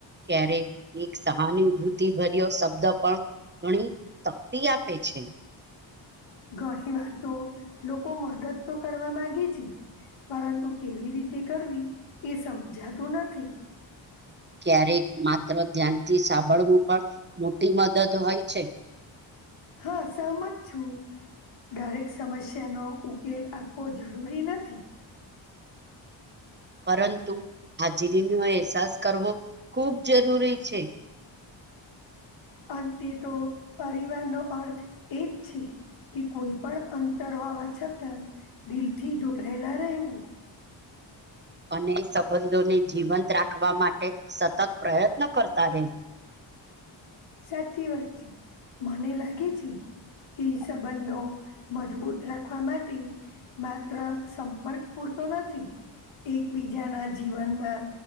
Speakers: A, on the right (about 25°); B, on the left (about 80°).
A: ક્યારેક એક સહાનુભૂતિ ભર્યો શબ્દ પણ ઘણી શક્તિ આપે છે. છે.
B: ઘણી વાર તો લોકો મદદ તો કરવા માંગે છે. પરંતુ કેવી રીતે કરવી એ સમજાતું નથી.
A: ક્યારેક માત્ર ધ્યાનથી સાંભળવું પણ મોટી મદદ હોય છે.
B: હા સહમત છું. દરેક સમસ્યાનો ઉકેલ આપવો જરૂરી નથી.
A: પરંતુ હાજરીનો અહેસાસ કરવો ખૂબ જરૂરી છે.
B: અંતે તો પરિવાર નો અર્થ એજ છે કે કોઈ પણ અંતર હોવા છતાં દિલથી જોડાયેલા રહેવું.
A: અને સંબંધોને જીવંત રાખવા માટે સતત પ્રયત્ન કરતા રહ્યું.
B: સાચી વાત છે મને લાગે છે. સંબંધો મજબૂત રાખવા માટે માત્ર સંપર્ક પૂરતા તો નથી એકબીજાના જીવનમાં